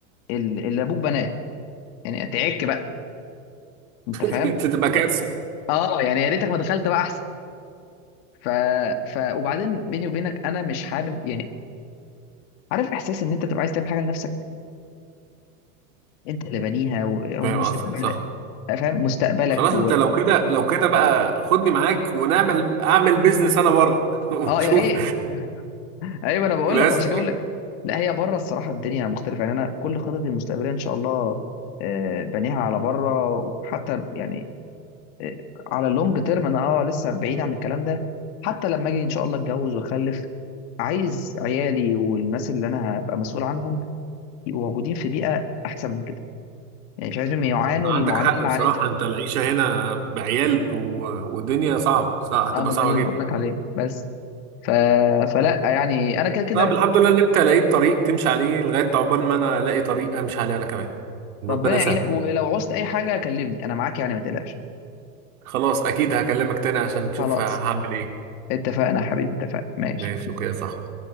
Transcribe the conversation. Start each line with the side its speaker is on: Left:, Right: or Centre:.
Left: ال- اللي ابوك بناه يعني تعك بقى انت
Right: <laughs>
Left: فاهم
Right: انت تبقى كارثه
Left: اه يعني يا ريتك ما دخلت بقى احسن ف... ف... وبعدين بيني وبينك انا مش حابب يعني عارف احساس ان انت تبقى عايز تعمل حاجه لنفسك انت اللي بانيها و-
Right: فاهم
Left: ومستقبلك
Right: قصدك صح
Left: فاهم مستقبلك
Right: خلاص
Left: و...
Right: انت لو كده لو كده بقى خدني معاك ونعمل اعمل بيزنس انا بره <laughs> ونشوف
Left: اه يا ريت ايوه انا بقول
Right: بس
Left: لك عشان كده بقول لك لا هي بره الصراحه الدنيا مختلفه يعني انا كل خططي المستقبليه ان شاء الله آه، بانيها على بره وحتى يعني آه، على اللونج تيرم انا اه لسه بعيد عن الكلام ده حتى لما اجي ان شاء الله اتجوز واخلف عايز عيالي والناس اللي انا هبقى مسؤول عنهم يبقوا موجودين في بيئه احسن من كده يعني مش عايزهم يعانوا
Right: انت
Left: المعاناه
Right: عندك حق
Left: اللي انا
Right: بصراحه
Left: عانيتها
Right: انت العيشه هنا بعيال ب- والدنيا صعبه صعب. هتبقى
Left: اه ما
Right: صعبه
Left: ده اللي
Right: جدا
Left: أنا بقول لك عليه بس ف... فلا يعني انا كده كده
Right: طب الحمد لله ان انت لقيت طريق تمشي عليه لغايه عقبال ما انا الاقي طريق امشي عليه انا كمان ربنا
Left: ربنا
Right: يسهل
Left: يعينك ولو عوزت اي حاجه كلمني انا معاك يعني ما تقلقش
Right: خلاص اكيد هكلمك تاني عشان تشوف
Left: خلاص
Right: هعمل ايه
Left: اتفقنا يا حبيبي اتفقنا ماشي
Right: ماشي اوكي يا صاحبي